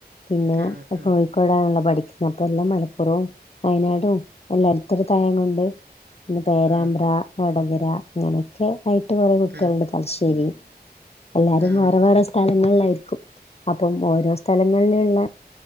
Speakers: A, on the left; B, on the right.
A: പിന്നെ
B: ആഹ് ആഹ്
A: കോഴി ക്കോടാണല്ലോ പഠിക്കുന്നത് അപ്പം എല്ലാം മലപ്പുറവും വയനാടും എല്ലാ അട്ത്തെട്ത്തായതോണ്ട് പിന്നെ പേരാമ്പ്ര
B: ആഹ്
A: വടകര ങ്ങനൊക്കെ ആയിട്ട് കൊറെ കുട്ട്യാള്ണ്ട്
B: ആഹ്
A: തലശ്ശേരി എല്ലാരും
B: ആഹ്
A: വേറെ വേറെ സ് സ്ഥലങ്ങളിലായിരിക്കും അപ്പം ഓരോ സ്ഥലങ്ങൾൽള്ളെ